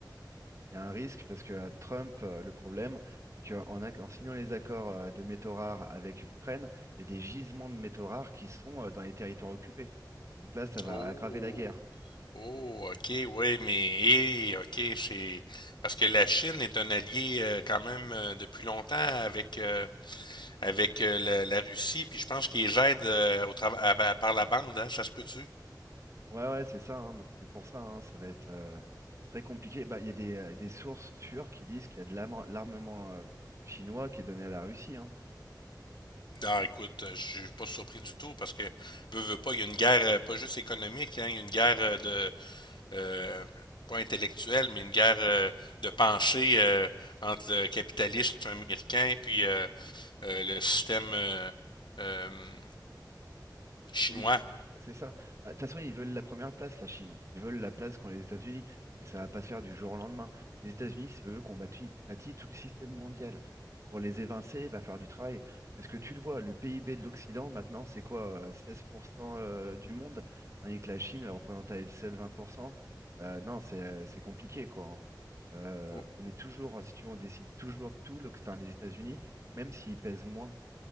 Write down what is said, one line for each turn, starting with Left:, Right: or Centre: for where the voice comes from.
Right: il y a un risque parce que euh, Trump, euh, le problème, c'est qu'en acc- en signant les accords euh, de métaux rares avec l'Ukraine, il y a des gisements de métaux rares qui sont euh, dans les territoires occupés. Donc là, ça va
Left: Oh,
Right: aggraver la guerre.
Left: oh, ok, oui, mais hé, ok, c'est parce que la Chine est un allié euh, quand même euh, depuis longtemps avec euh, avec euh, la, la Russie, puis je pense qu'ils aident euh, au trava- à- à- par la bande, hein, ça se peut-tu?
Right: Ouais, ouais, c'est ça. hein. Donc c'est pour ça, hein, ça va être euh, très compliqué. Bah, il y a des, euh, des sources sûres qui disent qu'il y a de l'arme- l'armement euh, chinois qui est donné à la Russie. hein.
Left: Non, écoute, euh, je suis pas surpris du tout parce que veux, veux pas, il y a une guerre euh, pas juste économique, hein, il y a une guerre euh, de euh, pas intellectuelle, mais une guerre euh, de pensée euh, entre le capitalisme américain puis euh, euh, le système euh, euh, chinois.
Right: Oui, c'est ça. Bah, De toute façon, ils veulent la première place, la Chine. Ils veulent la place qu'ont les États-Unis, mais ça va pas se faire du jour au lendemain. Les États-Unis, c'est eux qui ont bâti, bâti tout le système mondial. Pour les évincer, il va falloir du travail. Parce que tu le vois, le PIB de l'Occident, maintenant, c'est quoi? euh, 16% euh, du monde, tandis que la Chine, elle représente à elle seule 20%. Euh, non, c'est euh, c'est compliqué, quoi. hein. Euh,
Left: Ou-
Right: on est toujours, si tu veux, on décide toujours de tout, le- enfin, les États-Unis, même s'ils pèsent moins,